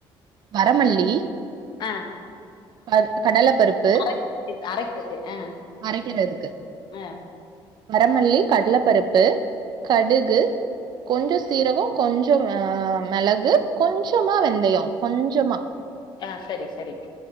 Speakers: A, on the right (about 50°); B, on the left (about 50°).
A: வரமல்லி
B: ஆ
A: ப கடல பருப்பு
B: அரைக்கு அரைக்கக்கு ஆ
A: அரைக்கிறதுக்கு
B: ஆ
A: வரமல்லி கடலபருப்பு கடுகு கொஞ்சோ சீரகோ கொஞ்சோ மெளகு கொஞ்சமா வெந்தயோ கொஞ்சமா
B: ஆ சரி சரி